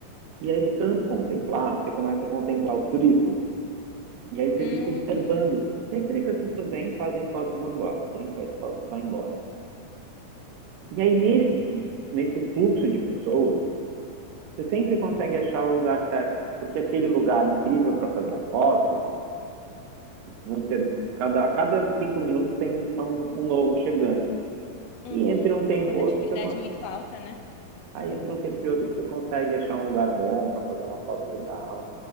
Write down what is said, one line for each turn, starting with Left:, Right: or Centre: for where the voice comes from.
Right: E aí, de tanto contemplar, você começa a contemplar os turistas, e aí você
Left: Hum.
Right: fica observando. E aí você vê que as pessoas vêm, fazem fotos e vão embora. vêm faz fotos e vai embora. E aí, nesse, nesse fluxo de pessoas, Você sempre consegue achar o lugar certo, porque aquele lugar incrível para fazer a foto, vão ter cada a cada cinco minutos tem um, um novo chegando.
Left: Uhum.
Right: E entre um tempo
Left: Rotatividade
Right: e outro, você consegue,
Left: muito alta, né?
Right: aí entre um tempo e outro você consegue achar um lugar bom para fazer uma foto legal.